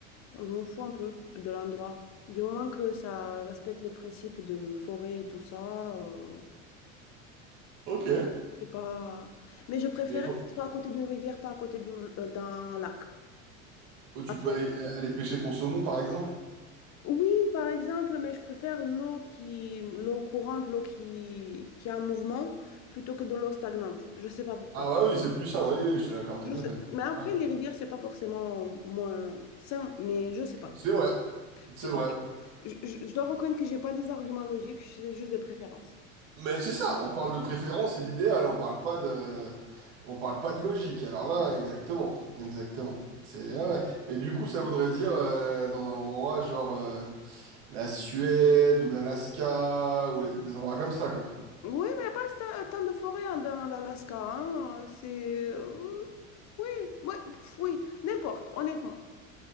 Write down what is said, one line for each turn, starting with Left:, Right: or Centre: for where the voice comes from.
Left: je m'en fous un peu de l'endroit. Du moment que ça respecte les principes de forêt et tout ça, euh,
Right: Ok.
Left: c'est pas... Mais je préférais
Right: Mais il faut...
Left: que ce soit à côté d'une rivière, pas à côté d'une, euh, d'un lac.
Right: où tu
Left: Après,
Right: peux aller, aller pêcher ton saumon, par exemple?
Left: Oui, par exemple, mais je préfère l'eau qui, l'eau courante, l'eau qui, qui est en mouvement, plutôt que de l'eau stagnante. Je sais pas pourquoi.
Right: Ah bah oui, c'est plus sain, oui, oui, je te l'accorde, tout
Left: Je sais-
Right: à fait.
Left: Mais après,
Right: Ouais.
Left: les rivières, c'est pas forcément moins sain, mais je sais pas.
Right: C'est vrai,
Left: C'est-
Right: c'est vrai.
Left: Je, je- je dois reconnaître que j'ai pas des arguments logiques, c'est juste des préférences.
Right: Mais c'est ça, on parle de préférence et d'idéal, on parle pas de, on parle pas de logique. Alors là, exactement, exactement. C'est ouais, ouais. Mais du coup, ça voudrait dire euh, dans un endroit genre euh, la Suède ou l'Alaska ou les- des endroits comme ça, quoi.
Left: Oui, mais il n'y a pas tant tant de forêts hein, dans l'Alaska. hein, C'est. euh, Oui, ouais, pff, oui, n'importe, honnêtement.